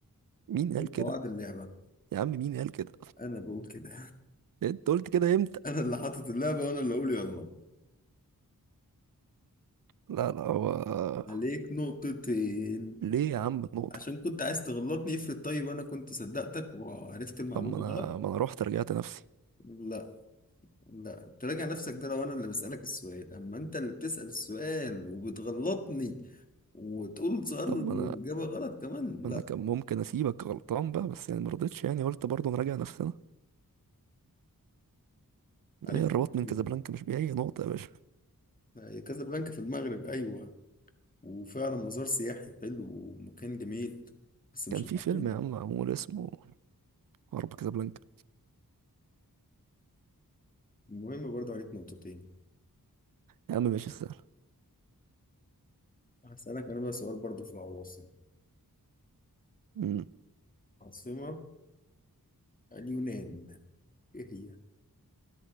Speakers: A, on the right; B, on the left.
A: مين قال
B: من
A: كده
B: قواعد اللعبه
A: يا عم مين قال كده
B: انا بقول كده
A: انت قلت كده امتى
B: انا اللي حاطط اللعبة وانا اللي اقول يلا
A: لا لا هو
B: عليك نقطتين
A: ليه يا عم النقطة
B: عشان كنت عايز تغلطني افرض طيب انا كنت صدقتك وعرفت المعلومة
A: طب ما انا
B: غلط
A: ما انا رحت رجعت نفسي
B: لا لا تراجع نفسك ده لو انا اللي بسألك السؤال اما انت اللي بتسأل السؤال وبتغلطني وتقول سؤال
A: طب
B: الإجابة
A: ما انا
B: غلط كمان
A: ما
B: لا
A: انا كان ممكن اسيبك غلطان بقى بس يعني ما رضيتش يعني قلت برضه نراجع نفسنا
B: عليك
A: ايه الرباط
B: نقطتين
A: من كازابلانكا
B: بقى.
A: مش بأي نقطة يا باشا
B: هي كازابلانكا في المغرب ايوه وفعلا مزار سياحي حلو ومكان جميل بس مش
A: كان في
B: العاصمة
A: فيلم يا عم معمول اسمه حرب كازابلانكا
B: المهم برضه عليك نقطتين
A: يا عم ماشي سهل
B: هسألك انا بقى سؤال برضه في العواصم
A: مم.
B: عاصمة اليونان ايه هي